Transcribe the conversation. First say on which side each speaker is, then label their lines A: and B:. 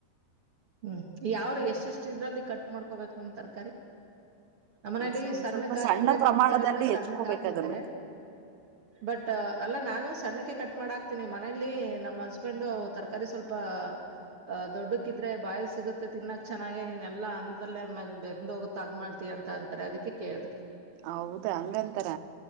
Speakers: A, on the right; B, on the right.
A: ಹ್ಮ್ ಯಾವರು ಎಷ್ಟ ಎಷ್ಟ ಇದ್ರಲ್ ಕಟ್ ಮಾಡ್ಕೋಬೇಕ.. ನಮ್ಮ್ ತರಕಾರಿ.. ನಮ್ಮನಲಿ
B: ಒಂದ್
A: ಸಣ್ಣಕ್
B: ಸ್ವಲ್ಪ
A: ಹಾಕಿದ್ರೆ
B: ಸಣ್ಣ ಪ್ರಮಾಣದಲ್ಲಿ
A: ತಿಂತಾರೆ ಅಂತ
B: ಹೆಚ್ಕೋಬೇಕ
A: ಸಣ್ಣಕ್ ಹಾಕ್ತಿದ್ದೆ
B: ಅದನ್ನ
A: ಬಟ್ ಅಲ್ಲ ನಾನು ಸಣ್ಣಕ್ಕೆ ಕಟ್ ಮಾಡ ಹಾಕ್ತೀನಿ ಮನೇಲಿ ನಮ್ಮ ಹಸ್ಬೆಂಡ್ ತರಕಾರಿ ಸ್ವಲ್ಪ ಅ ದೊಡ್ಡಕ್ಕಿದ್ರೆ ಬಾಯಲ್.. ಸಿಗುತ್ತೆ ತಿನ್ನಕ್ ಚೆನ್ನಾಗೆ ನೀನ್ ಎಲ್ಲ ಅನ್ನದಲ್ಲೇ ಬೆಂದ ಹೋಗುತ್ತ ತಗ್ ಮಾಡ್ತ ಅಂತ ಅಂತಾರೆ ಅದಕ್ಕೆ ಕೇಳ್ದೆ..
B: ಹೌದ ಹಂಗಂತರ